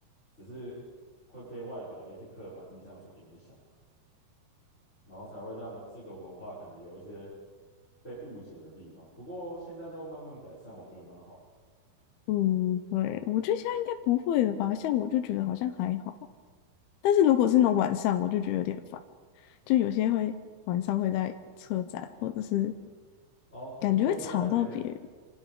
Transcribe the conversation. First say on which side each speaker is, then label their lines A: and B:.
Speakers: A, on the left (about 15°); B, on the left (about 80°).
A: 只是会被外表的一些刻板印象所影响。然后才会让这个文化可能有一些被误解的地方。不过现在都慢慢改善，我觉得蛮好。
B: 嗯，对，我觉得现在应该不会了吧？像我就觉得好像还好啊，但是如果是那种晚上，
A: 现
B: 我就觉得有点烦。就有些会晚上会在车站，或者是
A: 哦，
B: 感觉会吵到别人。
A: 我们都是在那边呢，